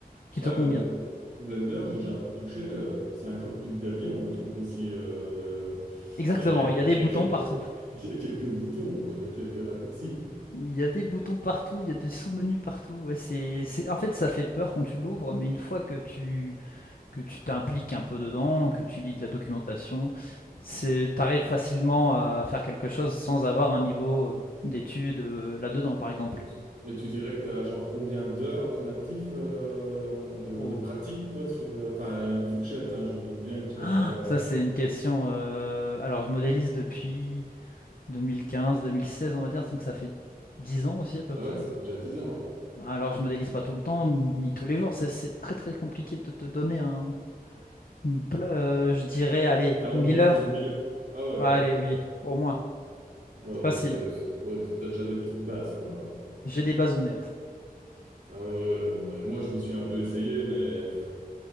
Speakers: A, on the left (about 65°); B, on the right (about 85°).
A: qui
B: Ah
A: te convient.
B: bah Bl- Blender, j'ai déjà un peu touché. euh, c'est un cockpit d'avion, le truc aussi. euh, le-
A: Exactement,
B: Il y a, il y a,
A: il
B: il
A: y a des
B: y
A: boutons
B: a quel-
A: partout.
B: <laughs> il y a quelques boutons, quoi, et quelques raccourcis.
A: Il y a des boutons partout, il y a des sous-menus partout. Ouais, c'est, c'est- En fait, ça fait peur quand tu l'ouvres, mais une fois que tu, que tu t'impliques un peu dedans, que tu lis de la documentation, c'est, t'arrives facilement à faire quelque chose sans avoir un niveau euh, d'études euh, là-dedans, par exemple.
B: Et tu, et tu dirais que tu as genre combien d'heures à ton actif euh, en- de,
A: Oh.
B: de pratique, quoi, sur le... Enfin, une fourchette, hein, je me doute bien que tu
A: Ah,
B: vas pas...
A: ça, c'est une question. euh, Alors, je modélise depuis 2015-2016, on va dire, donc ça fait 10 ans aussi à peu
B: Ah
A: près.
B: ouais, ça fait déjà 10 ans, hein.
A: Alors, je modélise pas tout le temps, ni tous les jours. ça, C'est très très compliqué de te donner un, une pla- euh, je dirais,
B: T'as,
A: allez,
B: t'as au
A: 1000
B: moins
A: heures.
B: plus de 1000. Ah ouais,
A: Ouais, allez, oui, au moins,
B: ouais,
A: facile.
B: donc c'est, c'est- ouais, t'as déjà des petites bases, quoi.
A: J'ai des bases honnêtes.
B: Ah ouais, ouais, non, mais moi je m'y suis un peu essayé, mais pff,